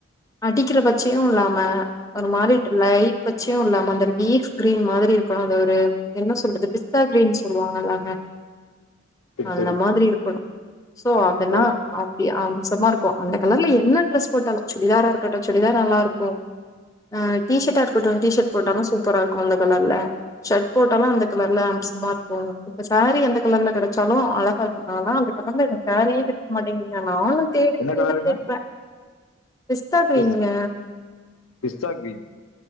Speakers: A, on the left (about 15°); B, on the left (about 75°).
A: அடிக்கிற பட்சயு இல்லாம ஒரு மாரி லைட் பச்சயு இல்லாம அந்த லீஃப் கிரீன் மாதிரி இருக்கணு அத ஒரு என்ன சொல்றது பிஸ்தா கீரின் சொல்லுவாங்கல்லங்க
B: சரி,
A: அந்த
B: சரி.
A: மாதிரி இருக்கணு சோ
B: ஓ!
A: நா அப்டி அம்சமா இருக்கோ அந்த கலர்ல என்ன டிரஸ் போட்டாலு சுடிதார இருக்கட்டு சுடிதார் நல்லா இருக்கூ ஆ டி-ஷர்ட்டா இருக்கட்டு டீ ஷர்ட் போட்டாலு சூப்பரா இருக்கோ அந்த கலர்ல ஷர்ட் போட்டாலு அந்த கலர்ல அம்சமா இருக்கோ இப்ப சாரீ அந்த கலர்ல கெடச்சாலு அழகா இருக்கோ ஆனா அந்த கலர்ல எனக்கு சேரீயே கெடைக் மாட்டிங்குது நா ஆன்லை தேடு
B: என்ன
A: தேடு
B: கலருங்க?
A: தேடுவ பிஸ்தா கிரீனுங்க
B: பிஸ் பிஸ்தா கிரீன்.